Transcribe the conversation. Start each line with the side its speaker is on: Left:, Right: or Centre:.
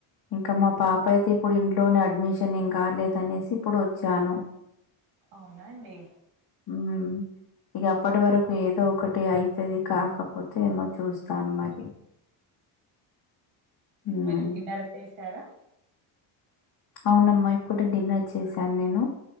Left: ఇంకా మా పాప్ ఇప్పుడయితే ఇప్పుడు ఇంట్లోనే అడ్మిషన్ ఏం కాలేదనేసి ఇప్పుడు వచ్చాను.
Right: అవునా అండి?
Left: ఉమ్ ఇగ అప్పటి వరకు ఏదో ఒకటి ఐతది కా కాపోతే ఏమో చూస్తాను మరి, ఉమ్
Right: మరి డిన్నర్ చేసారా
Left: అవునమ్మా ఇప్పుడే డిన్నర్ చేశాను నేను,